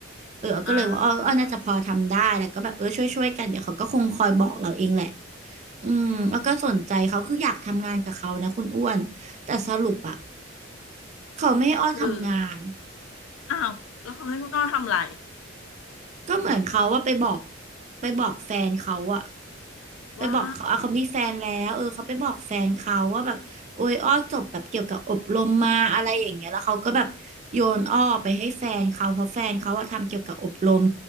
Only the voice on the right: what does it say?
เออก็เลยว่าอ้ออ้อน่าจะพอทำได้
แล้วก็แบบเออช่วยช่วยกันเดี๋ยวเขาก็คงคอยบอกเราเองแหละอืมอ้อก็สนใจเขาคืออยากทำงานกับเขานะคุณอ้วนแต่สรุปอะ
เขาไม่ให้อ้อทำงาน
ก็เหมือนเขาว่าไปบอกไปบอกแฟนเขาอะไปบอกเขาอ่ะเขามีแฟนแล้วเออเขาไปบอกแฟนเขาว่าแบบโอ้ยอ้อจบแบบเกี่ยวกับอบรมมาอะไรอย่างเงี้ยแล้วเขาก็แบบโยนอ้อไปให้แฟนเขาเพราะแฟนเขาอะทำเกี่ยวกับอบรม